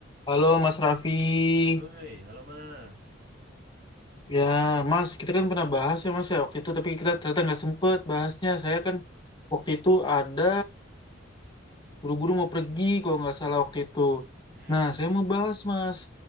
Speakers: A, on the left; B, on the right.
A: Halo Mas Raffi,
B: Hoi, halo Mas.
A: ya Mas, kita kan pernah bahas ya Mas ya waktu itu, tapi kita ternyata nggak sempet bahasnya. Saya kan waktu itu ada buru-buru mau pergi kalau nggak salah waktu itu.
B: Hmm,
A: Nah, saya mau bahas Mas.